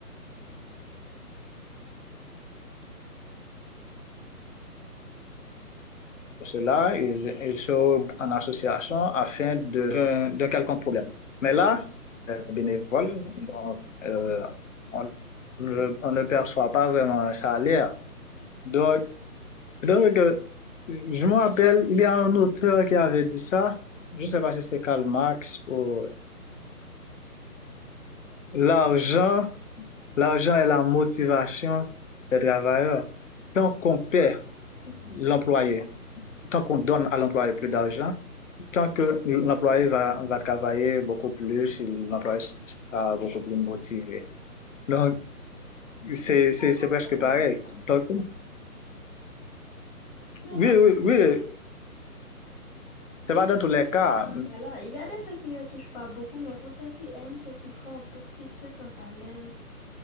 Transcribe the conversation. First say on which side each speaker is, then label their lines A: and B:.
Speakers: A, on the left; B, on the left.
A: Pour cela, ils, ils sont en association afin de, de quelconque problème. Mais là, les bénévoles, donc, euh, on, ne- on ne perçoit pas vraiment un salaire. Donc, donc, euh, je me rappelle, il y a un auteur qui avait dit ça. Je ne sais pas si c'est Karl Marx ou l'argent, l'argent est la motivation des travailleurs. Tant qu'on paie l'employé, tant qu'on donne à l'employé plus d'argent, tant que l'employé va, va travailler beaucoup plus, l'employé sera beaucoup plus motivé. Donc, c'est, c'est,
B: C'est pas
A: c'est presque
B: seulement
A: pareil.
B: ça.
A: Donc,
B: Ce n'est
A: oui,
B: pas seulement
A: oui, oui,
B: ça.
A: c'est
B: Il,
A: pas dans tous les cas.
B: voilà, il y a des gens qui ne touchent pas beaucoup, mais pourtant qui aiment ce qu'ils font parce qu'ils se sentent à l'aise,